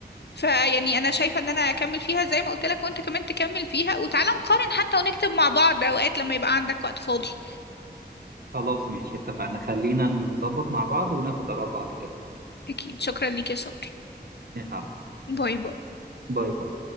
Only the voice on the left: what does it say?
فيعني أنا شايفة إن أنا أكمل فيها زي ما قلت لك وأنت كمان تكمل فيها وتعالى نقارن حتى ونكتب مع بعض أوقات لما يبقى عندك وقت فاضي
أكيد شكرا ليك يا صبري
باي باي